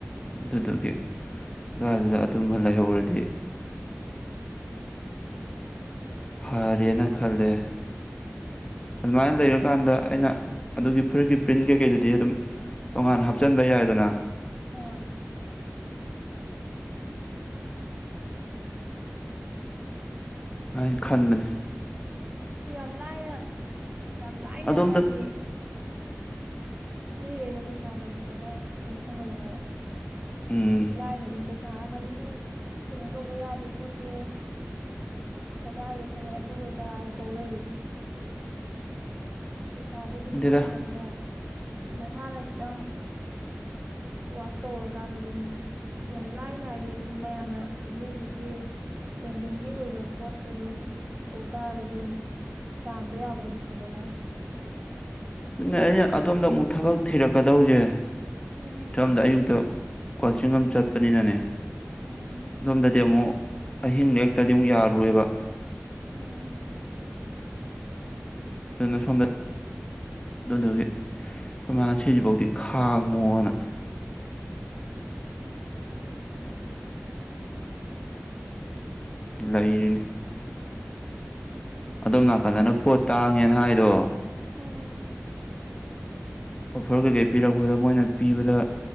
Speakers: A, on the left (about 20°); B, on the right (about 30°).
A: ꯑꯗꯨꯗꯨꯒꯤ ꯗꯨꯗ ꯑꯗꯨꯝꯕ ꯂꯩꯍꯧꯔꯗꯤ
B: <inaudible>
A: ꯐꯔꯦꯅ ꯈꯜꯂꯦ ꯑꯗꯨꯃꯥꯏꯅ ꯂꯩꯔꯀꯥꯟꯗ ꯑꯩꯅ ꯑꯗꯨꯒꯤ ꯐꯨꯔꯤꯠꯀꯤ ꯄ꯭ꯔꯤꯟ ꯀꯩꯀꯩꯗꯨꯗꯤ ꯑꯗꯨꯝ ꯇꯣꯉꯥꯟ ꯍꯥꯞꯆꯤꯟꯕ ꯌꯥꯏꯗꯅ
B: ꯍꯣꯏ
A: ꯑꯅ ꯈꯟꯕꯅꯦ
B: ꯌꯥꯝ ꯂꯥꯏꯅ ꯌꯥꯝ ꯂꯥꯏꯅ
A: ꯑꯗꯣꯝꯗ
B: ꯍꯥꯏꯗꯤ <inaudible> ꯃꯤꯈꯩꯗꯣ ꯄꯩꯁꯥꯗꯣ ꯐꯖꯅ ꯀꯩꯅꯣ ꯇꯧꯍꯜꯂꯑꯦꯕ
A: ꯎꯝ
B: ꯎ ꯂꯥꯏꯅ ꯑꯗꯨꯝ ꯄꯩꯁꯥ ꯍꯥꯏꯗꯤ ꯃꯤꯅ ꯀꯩꯅꯣ ꯇꯧꯕ ꯌꯥꯗꯦ ꯈꯣꯠꯇꯦ ꯁꯔꯀꯥꯔꯒꯤ ꯊꯕꯛ ꯑꯗꯨ ꯑꯗꯥ ꯇꯧ ꯂꯩꯔꯤꯁꯦ ꯄꯩꯁꯥꯗꯣ ꯑꯗꯨꯝ
A: ꯈꯪꯗꯦꯗ
B: ꯐꯝ ꯐꯝꯅ ꯃꯁꯥꯅ ꯈꯤꯇꯪ ꯋꯥꯛ ꯇꯧꯔꯀꯥꯟꯗ ꯑꯗꯨꯝ ꯌꯥꯝ ꯂꯥꯏꯅ ꯍꯥꯏꯗꯤ ꯑꯗꯨꯝ ꯃꯌꯥꯝꯅ ꯍꯧꯖꯤꯛ ꯍꯧꯖꯤꯛꯀꯤ ꯇ꯭ꯔꯦꯟꯗꯤꯡꯒꯤ ꯑꯣꯏꯕ ꯄꯣꯠꯁꯦ ꯑꯗꯨꯝ ꯇꯧ ꯇꯥꯔꯒꯗꯤ ꯑꯗꯨꯝ꯫ ꯇꯥꯟꯕ ꯌꯥꯕꯗꯣ ꯄꯩꯁꯥꯗꯣ ꯂꯥꯏ꯫
A: ꯑꯗꯨꯅꯦ ꯑꯩꯅ ꯑꯗꯣꯝꯗ ꯑꯃꯨꯛ ꯊꯕꯛ ꯊꯤꯔꯛꯀꯗꯧꯁꯦ
B: ꯎꯝ
A: ꯁꯣꯝꯗ ꯑꯌꯨꯛꯇ꯫ ꯀꯣꯆꯤꯡ ꯑꯃ ꯆꯠꯄꯅꯤꯅꯅꯦ
B: ꯎꯝ
A: ꯑꯗꯣꯝꯗꯗꯤ ꯑꯃꯨꯛ꯫ ꯑꯍꯤꯡ ꯂꯦꯛꯇꯗꯤ ꯑꯃꯨꯛ ꯌꯥꯔꯨꯣꯏꯕ꯫
B: ꯎꯝ꯫
A: ꯗꯨꯟ ꯁꯣꯝꯗ꯫ ꯑꯗꯨꯗꯨꯒꯤ ꯑꯩꯈꯣꯏ ꯃꯥꯅ ꯁꯤꯁꯤꯐꯥꯎꯗꯤ ꯈꯥꯡꯉꯣꯅ꯫ ꯂꯩꯗꯅꯦ꯫ ꯑꯗꯣꯝ ꯅꯥꯀꯟꯗꯅ ꯄꯣꯠ ꯇꯥꯡꯉꯦꯅ ꯍꯥꯏꯗꯣ꯫
B: ꯎꯝ
A: ꯑꯣꯐꯔ ꯀꯩꯀꯩ ꯄꯤꯔꯛꯄꯗ ꯃꯣꯏꯅ ꯄꯤꯕꯗ꯫